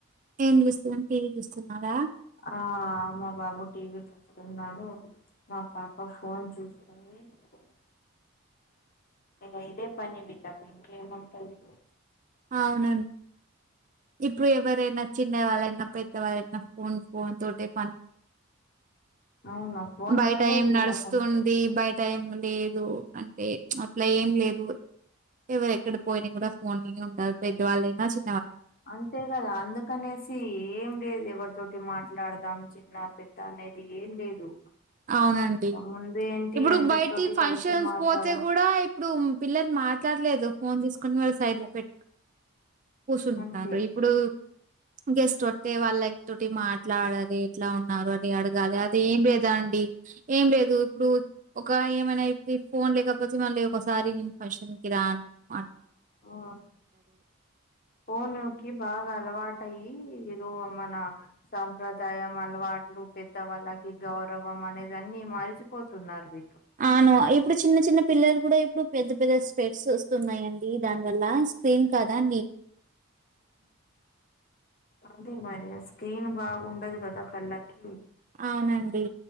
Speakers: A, on the right; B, on the left.
A: ఏం టీవీ చూస్తున్నారా
B: ఆ మా బాబు టీవీ చూస్తున్నాడు మా పాప ఫోన్ చూస్తుంది ది ఇగ ఇదే పని వీళ్లకి ఇంకేం ఉంటుంది
A: అవునం ఇప్పుడు ఎవరై న చిన్న వాళ్ళైన పెద్ద వాళ్ళైన ఫోన్ ఫోన్ తోటె పని
B: అవునా ఫోన్
A: బయట
B: వల్లే
A: ఎం
B: వీళ్ళకంతే
A: నడుస్తుంది బయట ఏం లేదు అంటే అట్లా ఏం లేదు ఎవరెక్కడ పోయిన కూడా ఫోన్ లోనే ఉంటారు పెద్దవాళ్ళైనా చి
B: అంతే కదా అందుకనేసి ఏం లేదు ఎవరితో టి మాట్లాడదాం చిన్న పెద్ద అనేది ఏం లేదు
A: అవునండి
B: ముందు ఏంటి
A: ఇప్పుడు
B: అందరితోటి
A: బయటి ఫంక్షన్స్
B: కలిసి మాట్లాడ
A: పోతే కూడా ఇప్పుడు పిల్లలు మాట్లాడలేదు ఫోన్ తీసుకొని వాళ్ళ సైడ్ లో పెట్ కుర్సుంటున్నారు
B: అంతే
A: ఇప్పుడు గెస్ట్ వత్తే వాళ్ళ తోటి మాట్ ట్లడది ఎట్లా ఉన్నారు అని అడగాలి అది ఏం లేదం ఏం లేదు ఇప్పుడు ఒక ఏమైనా ఎప్పి ఫోన్ లేకపోతే మళ్ళీ ఒకసారి నేను ఫంక్షన్ కి రా రాన్
B: ఆ ఫోనుకి బాగా అలవాటయి యి ఏదో మన సాంప్రదాయం అలవాట్లు పెద్దవాళ్ళకి గౌరవం అనేద ని మరిచిపోతున్నారు వీళ్ళు
A: అవును ఇప్పుడు చిన్న చిన్న పిల్లలు కూడా ఇప్పుడు పెద్ద పెద్ద స్పెట్స్ వస్తున్నాయండి దానివల్ల ఎం కాదండి
B: అంతే మరి ఆ స్క్రీన్ బాగుండదు కదా కళ్ళకి
A: అవునండి